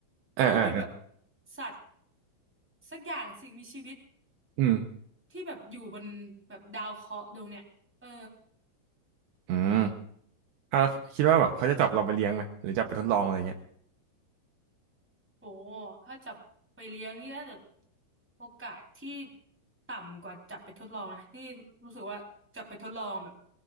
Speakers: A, in the centre; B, on the right.
A: นี่ก็เป็นแบบ
B: อ่าอ่าอ่า
A: สัตว์สักอย่างสิ่งมีชีวิต
B: อืม
A: ที่แบบอยู่บนแบบดาวเคราะห์ดวงเนี้ยเออ
B: อืมอ่าแล้วคิดว่าแบบเขาจะจับเราไปเลี้ยงไหมหรือจับไปทดลองอะไรเงี้ย
A: โอ้ถ้าจับไปเลี้ยงนี่น่าจะโอกาสที่ต่ำกว่าจับไปทดลองนะนี่รู้สึกว่าจับไปทดลองแบบ